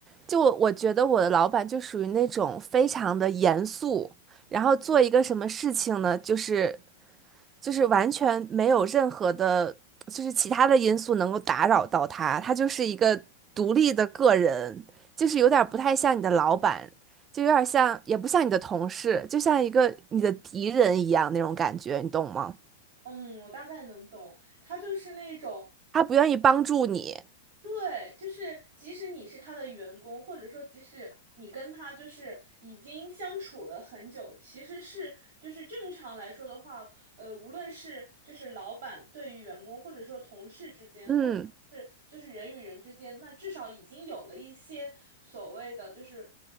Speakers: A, on the right; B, on the right.
A: 就我我觉得我的老板就属于那种非常的严肃。然后做一个什么事情呢？就是就是完全没有任何的，就是其他的因素能够打扰到他，他就是一个独立的个人，就是有点儿不太像你的老板，就有点儿像，也不像你的同事，就像一个你的敌人一样那种感觉，你懂吗？
B: 嗯，我大概能懂，他就是那种，
A: 他不愿意帮助你，
B: 对，就是即使你是他的员工，或者说即使你跟他就是已经相处了很久，其实是就是正常来说的话，呃，无论是就是老板对于员工，或者说同事之间，
A: 嗯，
B: 或者是就是人与人之间，那至少已经有了一些所谓的就是